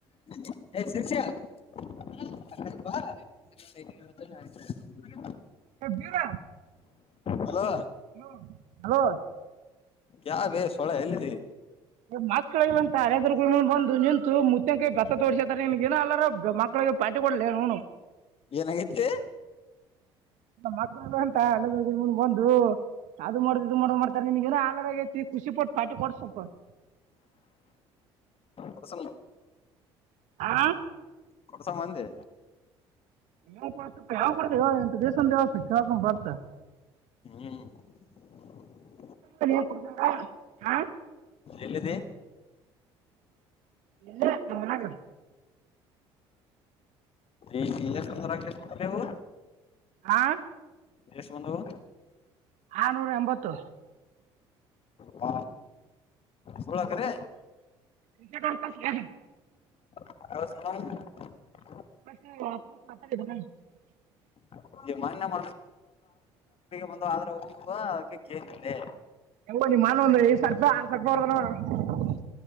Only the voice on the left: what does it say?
ಶರ್
ಹಲೋ
ಯಾವೇ ಸೊಳ ಎಲ್ಲಿದೆ
ಏನಾಗೈತಿ
ಪ್ರಸಲ
ಕೊಡ್ಸ ಮಂದೆ.
ಹ <unintelligible>
ಎಲ್ಲಿದೆ
<unintelligible> ಇವು
ಎಷ್ಟು ಬಂದವು
ಬ ಸಳಕೆರೆ
<unintelligible>
<unintelligible> ಬಂದ ಆದ್ರೆ ಒ ಅದಕ್ಕೆ ಕೇನೆ.